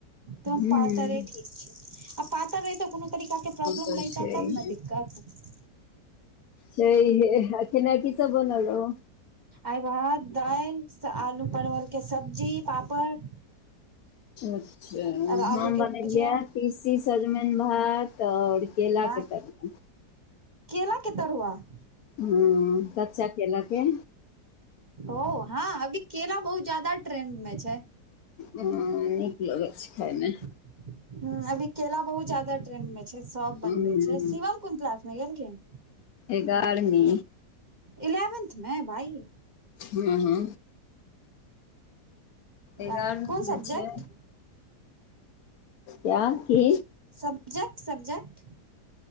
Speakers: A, on the right; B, on the left.
A: त
B: हँ
A: हम पातारे ठीक छी, आ पातर रहितौ कोनो तरीका के प्रॉब्लम
B: तऽ
A: रहिते
B: छैहे
A: तब न दिक्कत।
B: छैहे आ खेनाइ की सब बनल रहौ।
A: आइ भात, दालि, स आलू परवल के सब्जी, पापड़।
B: अच्छा,
A: आर आलू
B: हम बनेलिय‌ए
A: के भुजिया
B: तीसी सजमनि, भात आओर केला
A: वाह
B: के तरुआ
A: केला के तरूआस
B: हम्म कच्चा केलाके
A: ओ हां अभी केेला बहुत ज्यादा ट्रेंड मे छै।
B: हम्म नीक लगै छै खाइमे।
A: हम्म अभी केला बहुत जादा ट्रेंड में छै, सब
B: हूँ
A: बनबै छै। शिवम कोन क्लासमे गेलखिन?
B: एगारमी।
A: इलेवेन्थमे भाइ।
B: हँ-हँ एगारह
A: वाह कोन
B: त
A: सब्जेक्ट
B: छै। क्या की
A: subject subject